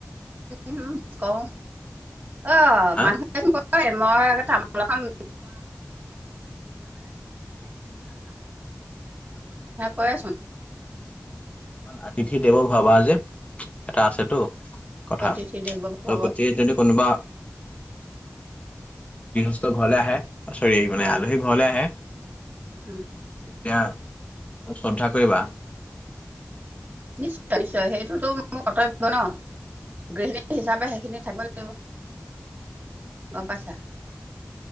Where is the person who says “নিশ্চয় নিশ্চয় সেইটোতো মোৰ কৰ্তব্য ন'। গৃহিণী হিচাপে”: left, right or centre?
Right